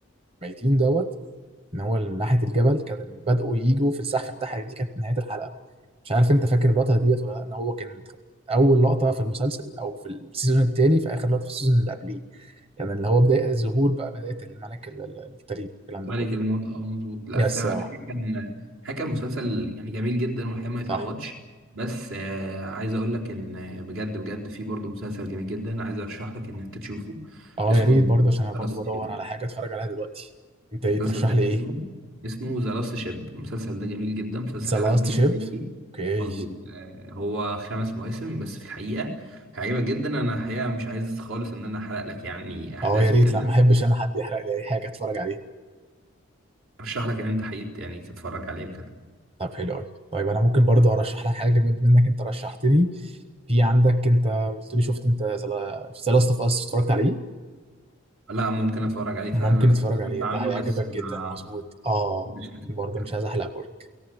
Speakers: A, on the right (about 25°); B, on the right (about 85°).
A: الميتين دوت ان هو ناحيه الجبل كان بدأوا يجوا في الزحف بتاعها دي كانت نهايه الحلقه مش عارف انت فاكر اللقطه ديت ولا لأ، ان هو كان اول لقطه في المسلسل او في السيزون الثاني في اخر لقطه في السيزون اللي قبليه كان اللي هو بدايه الظهور بقى بدايه الملك ال- ال- التلج الكلام
B: ملك
A: ده كله
B: الموت اه مظبوط لا
A: يس
B: الصراحه
A: اه
B: الحقيقه كان الحقيقه كان مسلسل يعني جميل جدا والحقيقه ما يتعوضش
A: صح
B: بس آه عايز اقول لك ان آه، بجد بجد في برضه مسلسل جميل جدا عايز ارشح لك ان انت تشوفه
A: اه
B: اسمه
A: يا ريت برضه عشان انا برضه
B: ذا لاست
A: بدور
B: شيب
A: على حاجه اتفرج عليها دلوقتي انت
B: المسلسل
A: ايه ترشح
B: ده
A: لي
B: اسمه
A: ايه
B: اسمه ذا لاست شيب المسلسل ده جميل جدا مسلسل
A: ذا
B: حربي
A: لاست شيب
B: امريكي
A: اوكي
B: مظبوط آه هو خمس مواسم بس في الحقيقه هيعجبك جدا انا الحقيقه مش عايز خالص ان انا احرق لك يعني احداثه
A: اه يا ريت
B: كده
A: لا ما احبش انا حد يحرق لي اي حاجه اتفرج عليها
B: ارشح لك ان انت حقيقة يعني تتفرج عليه بجد
A: طب حلو قوي طيب انا ممكن برضه ارشح لك حاجه بما انك انت رشحت لي في عندك انت قلت لي شفت انت ذا لاست اوف اس اتفرجت عليه
B: لا ممكن اتفرج عليه فعلا
A: ممكن
B: انا
A: اتفرج
B: كنت سمعت
A: عليه
B: عنه
A: ده هيعجبك
B: بس ما
A: جدا مظبوط اه
B: ما كنتش لسه
A: برضه
B: اتكلم
A: مش عايز احلق بورك